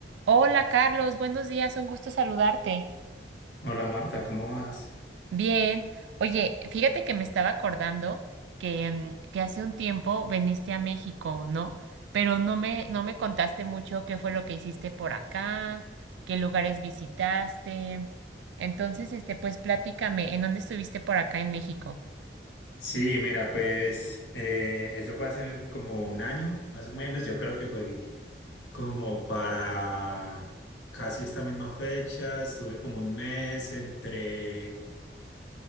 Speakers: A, on the right; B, on the left.
A: Hola Carlos, buenos días, un gusto saludarte.
B: Hola Marta, ¿cómo vas?
A: Bien, oye, fíjate que me estaba acordando que, mm, que hace un tiempo viniste a México, ¿no? Pero no me, no me contaste mucho qué fue lo que hiciste por acá, qué lugares visitaste. Entonces, este, pues platícame, ¿en dónde estuviste por acá en México?
B: Mm. Sí, mira, pues eh, eso fue hace como un año, más o menos. Yo creo que fue como para casi esta misma fecha. Estuve como un mes entre